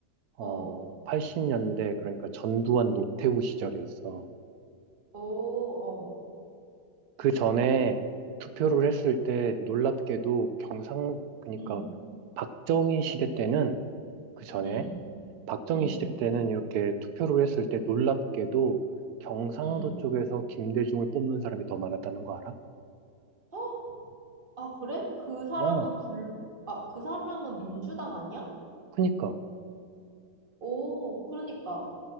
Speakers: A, on the right (about 70°); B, on the right (about 30°).
A: 어,
B: 어,
A: 80년대, 그러니까 전두환 노태우 시절이었어.
B: 오, 어,
A: 그 전에 투표를 했을 때 놀랍게도 경상, 그러니까
B: 음,
A: 박정희 시대 때는 그 전에
B: 음,
A: 박정희
B: 음,
A: 시대 때는 이렇게 투표를 했을 때 놀랍게도 경상도
B: 음.
A: 쪽에서 김대중을 뽑는 사람이 더 많았다는 거 알아?
B: 어? 아, 그래? 그 사람은
A: 어,
B: 불, 아, 그 사람은 민주당 아니야?
A: 그니까.
B: 오, 그러니까.